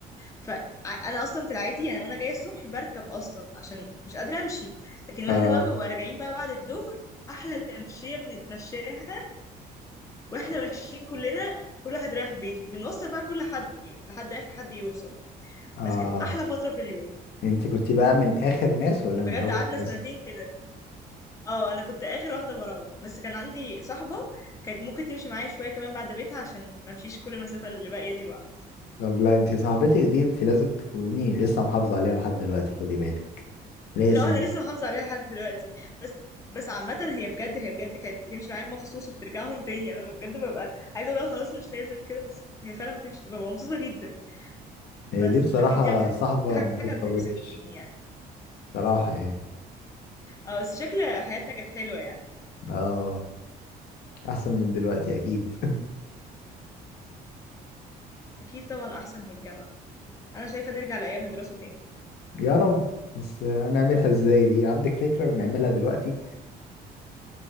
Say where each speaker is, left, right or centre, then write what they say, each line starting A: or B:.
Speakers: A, on the left; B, on the left.
A: فانا اصلا في العادي يعني وانا جايه الصبح بركب اصلا عشان مش قادره امشي لكن
B: اه
A: واحنا بقى بنبقى راجعين بقى بعد الظهر احلى تمشيه بنتمشاها واحنا ماشيين كلنا كل واحد رايح بيته وبنوصل بقى كل حد يعني لحد اخر حد يوصل
B: اه
A: بس كانت احلى فتره في اليوم
B: انت كنت بقى من اخر ناس ولا
A: بجد
B: من اول
A: قعدنا
B: ناس
A: سنتين كده اه انا كنت اخر واحده بروح بس كان عندي صاحبه كانت ممكن تمشي معايا شويه كمان بعد بيتها عشان ما امشيش كل المسافه اللي باقيه دي لوحدي
B: طب لا انت صاحبتك دي انت لازم تكوني لسه محافظة عليها لحد دلوقتي خدي بالك لازم
A: لا انا لسه محافظه عليها لحد دلوقتي بس بس عامة هي بجد هي بجد كانت بتمشي معايا مخصوص وبترجعهم تاني انا بجد ببقى عايزه اقول لها خلاص مش لازم كده بس هي فعلا بتمشي ببقى مبسوطه جدا بس
B: هي دي بصراحة
A: لكن دي اكتر
B: صاحبة ما تتفوتش
A: حاجه بتبسطني يعني
B: صراحة يعني
A: اه بس شكل حياتنا كانت حلوة يعني
B: اه احسن من دلوقتي اكيد
A: اكيد طبعا احسن من الجامعة انا شايفة نرجع لايام الدراسة تاني
B: <laughs> يا رب بس هنعملها ازاي دي عندك فكرة ونعملها دلوقتي